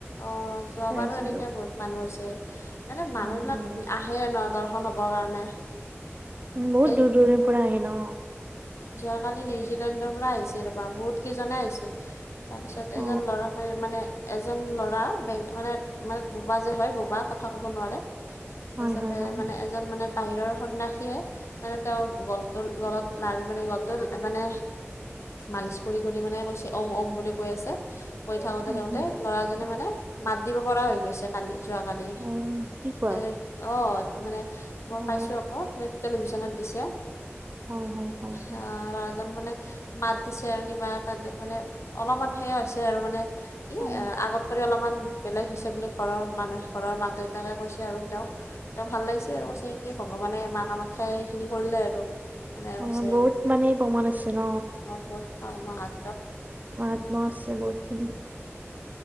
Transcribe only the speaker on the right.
চাইছিলো
উম
উম
বহুত
দূৰ দূৰণিৰ পৰা হে ন?
অ
হয় হয় হয় হয়।
উম
উম
অ কি কোৱা
অ
হয় হয় হয় হয়।
অ
অ
বহুত মানে প্ৰমাণ আছে ন
মাত মৰছে বহুতখিনি।